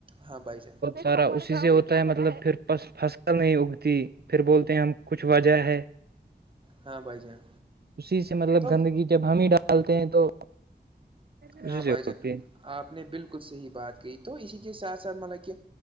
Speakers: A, on the right; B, on the right.
A: ہاں بھائی جان
B: سارا اسی سے ہوتا ہے مطلب پھر بس فصل نہیں اگتی پھر بولتے ہیں ہم کچھ وجہ ہے
A: ہاں بھائی جان
B: اسی سے مطلب
A: تو
B: گندگی جب ہم ہی ڈالتے ہیں تو اسی
A: ہاں
B: سے
A: بھائی
B: ہوتی
A: جان
B: ہے
A: آپ نے بالکل صحی بات کی تو اسی کے ساتھ ساتھ مطلب کہ